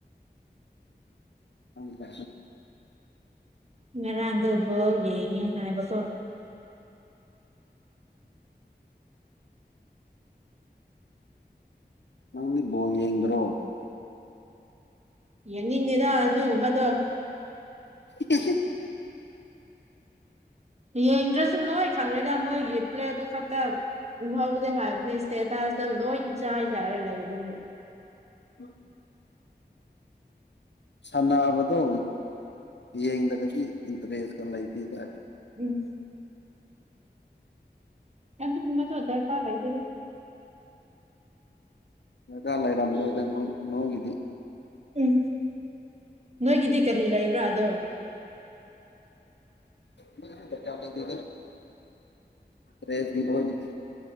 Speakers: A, on the left (about 85°); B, on the right (about 40°).
A: ꯍꯪ ꯍ
B: ꯉꯔꯥꯡꯗꯣꯕꯧ ꯌꯦꯡꯉꯦ ꯍꯥꯏꯕꯀꯣ
A: ꯅꯪꯗꯤ ꯕꯣꯜ ꯌꯦꯡꯗ꯭ꯔꯣ
B: ꯌꯦꯡꯅꯤꯡꯗꯤꯅ ꯑꯗꯨꯒꯨꯝꯕꯗꯣ
A: ꯀꯁ
B: ꯌꯦꯡꯗ꯭ꯔꯁꯨ ꯂꯣꯏ ꯐꯪꯉꯦꯗ ꯃꯣꯏꯒꯤ ꯄ꯭ꯂꯦꯠꯇꯨ ꯈꯛꯇ ꯎꯍꯧꯗꯦ ꯍꯥꯏꯕꯅꯤ ꯏꯁꯇꯦꯗꯥꯁꯇ ꯂꯣꯏ ꯏꯆꯥ ꯏ ꯆꯥꯏꯔ ꯂꯩ ꯑꯗꯨꯕꯨ
A: ꯎꯝ ꯁꯥꯟꯅꯕꯗꯣ ꯌꯦꯡꯗ꯭ꯔꯒꯗꯤ ꯏꯟꯇꯔꯦꯁꯀ ꯂꯩꯇꯦꯗ
B: ꯎꯝ ꯀ ꯇꯃꯗ ꯑꯣꯗꯔ ꯇꯥ ꯂꯩ ꯂꯩꯗꯔ
A: ꯃꯒꯥ ꯂꯩꯔꯝꯗꯣꯏꯗꯣꯏ ꯅꯣꯏꯒꯤꯗꯤ
B: ꯎꯝ ꯅꯣꯏꯒꯤꯗꯤ ꯀꯔꯤ ꯂꯩꯕ꯭ꯔꯥ ꯑꯗꯣ
A: ꯗꯤ ꯔꯦꯁꯕꯤ ꯀꯅꯤ